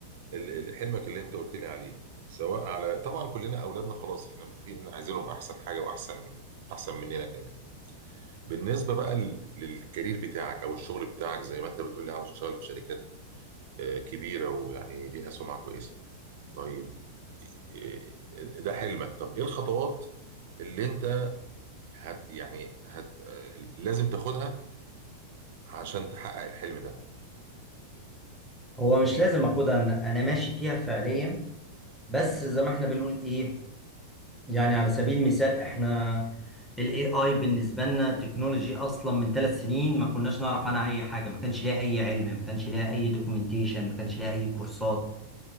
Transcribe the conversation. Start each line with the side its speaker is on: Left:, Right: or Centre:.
Right: ال- ال- حلمك اللي انت قلت لي عليه سواء على طبعا كلنا اولادنا خلاص احنا متفقين ان عايزينهم احسن حاجه واحسن احسن مننا كمان بالنسبه بقى لل- للكارير بتاعك او الشغل بتاعك زي ما انت بتقول لي عاوز تشتغل في شركات آه، كبيرة ويعني ليها سمعة كويسة طيب آه، ده حلمك طب ايه الخطوات اللي انت هت يعني هت آه، لازم تاخدها عشان تحقق الحلم ده
Centre: هو مش لازم اخدها إن انا ماشي فيها فعليا بس زي ما احنا بنقول ايه يعني على سبيل المثال احنا الاي اي بالنسبه لنا تكنولوجي اصلا من ثلاث سنين ما كناش نعرف عنها اي حاجه ما كانش ليها اي علم ما كانش ليها اي دوكيومنتيشن ما كانش ليها اي كورسات